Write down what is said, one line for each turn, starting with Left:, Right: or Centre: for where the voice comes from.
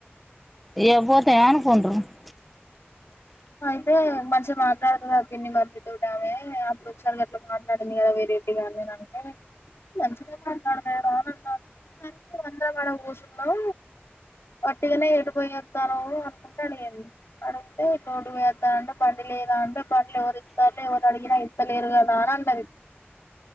Centre: ఇయ్యకపోతే అనుకుంటారు హ
Left: అయితే మంచిగా మాట్లాడుతుద పిన్ని మరిది తోటి ఆమె అప్పుడు ఒకసారి అట్లా మాట్లాడింది కదా వేరేటిగా అనీ నేను అంటే మంచిగా మాట్లాడతాది రా అని అన్నాను కానీ అందరం అడ కూర్చున్నాం వట్టిగానే ఎటు పోయేస్తానవ్ అనుకుంటా అడిగింది అడిగీతే రోడ్డుపోయి వస్త అంటే బండి లేద అంటే బండ్లు ఎవరు ఇస్తారు ఎవరు అడిగినా ఇస్తలేరు కదా అని అన్నది